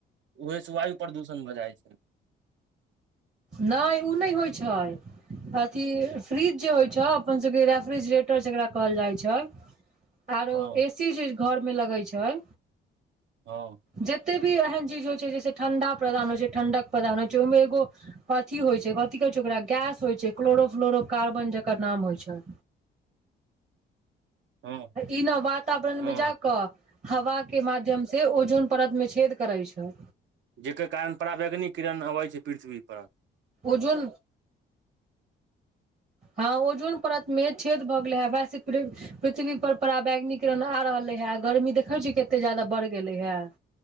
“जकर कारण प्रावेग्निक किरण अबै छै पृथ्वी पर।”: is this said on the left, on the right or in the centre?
Right